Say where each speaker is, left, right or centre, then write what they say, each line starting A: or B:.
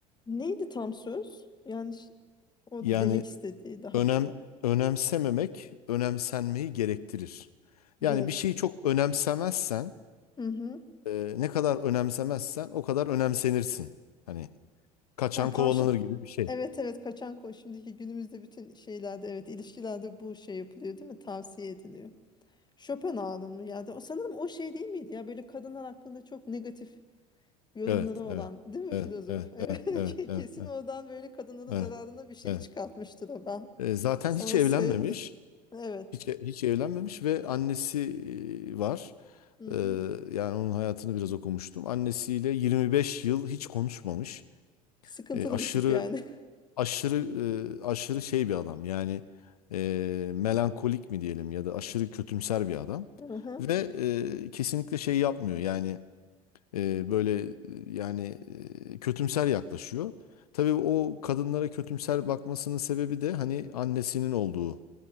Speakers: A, on the left; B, on the left.
A: Neydi tam söz? Yani ş- o
B: Yani
A: da demek istediği daha
B: önem
A: çok.
B: önemsememek önemsenmeyi gerektirir. Yani
A: Gerekti.
B: bir şeyi çok önemsemezsen,
A: Hı hı.
B: e, ne kadar önemsemezsen o kadar önemsenirsin. Hani kaçan
A: Ha, karşı
B: kovalanır gibi bir şey.
A: evet evet kaçan koş. Şimdiki günümüzde bütün şeylerde evet ilişkilerde bu şey yapılıyor değil mi? Tavsiye ediliyor. Schopenhauer'ın mı ya? da- O sanırım o şey değil miydi ya? Böyle kadınlar hakkında çok negatif yorumları
B: Evet,
A: olan
B: evet,
A: değil mi
B: evet,
A: filozof?
B: evet,
A: Evet
B: evet,
A: <laughs> ke-
B: evet, evet, evet,
A: kesin oradan böyle kadınların
B: evet,
A: zararına bir şey
B: evet.
A: çıkartmıştır o ben.
B: E, zaten
A: Sana
B: hiç evlenmemiş,
A: söyleyeyim. Evet.
B: hiç hiç evlenmemiş ve annesi e, var.
A: Hı hı.
B: E, yani onun hayatını biraz okumuştum. Annesiyle 25 yıl hiç konuşmamış.
A: Sıkıntılı
B: E, aşırı
A: bir tip yani.
B: aşırı e, aşırı şey bir adam yani e, melankolik mi diyelim ya da aşırı kötümser bir adam
A: <laughs> Hı hı.
B: ve e, kesinlikle şey yapmıyor yani e, böyle e, yani e, kötümser yaklaşıyor. Tabii o kadınlara kötümser bakmasının sebebi de hani annesinin olduğu